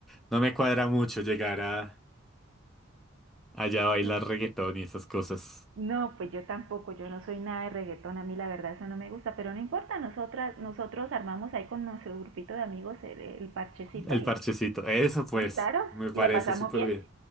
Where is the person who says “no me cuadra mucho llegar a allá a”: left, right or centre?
Centre